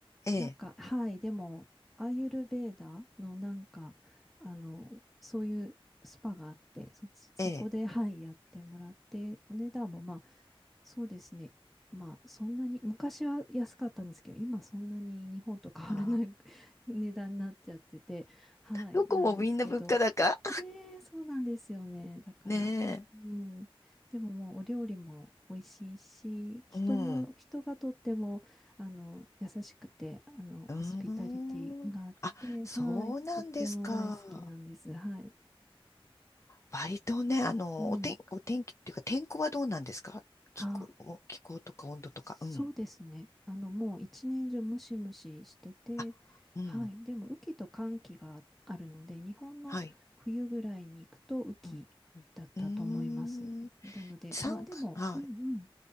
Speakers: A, on the left (about 30°); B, in the centre.
A: ええ、
B: なんか、はい、でも、アーユルヴェーダのなんか、あの、そういうスパがあって、そっち、そこで、
A: ええ。
B: はい、やってもらって、お値段もまあ、そうですね。まあ、そんなに、昔は安かったんですけど、今そんなに日本と変わらない
A: ああ、
B: <laughs> 値段になっちゃってて、はい、
A: どこもみんな物価高
B: なんですけど、ええそうなんですよね。だから、
A: <laughs> ね
B: うん。でももうお料理も美味しいし、人も、
A: え。うん。
B: 人がとっても、あの、優しくて、あの、ホスピタリティがあって、
A: うーん。あ、そうなんですか。
B: はい、とっても大好きなんです。はい。
A: 割とね、あの、
B: うん。
A: お天、お天気っていうか、天候はどうなんですか気候、
B: あ
A: お気候とか温度とか。
B: そうですね。
A: うん。
B: あの、もう一年中ムシムシしてて、
A: あ、うん。
B: はい。でも、雨季と乾季があるので、日本の冬ぐらいに行くと雨季だったと思います。
A: はい。うん。うん。うーん
B: なので、
A: 三月、
B: まあでも、
A: はい。
B: うんうん。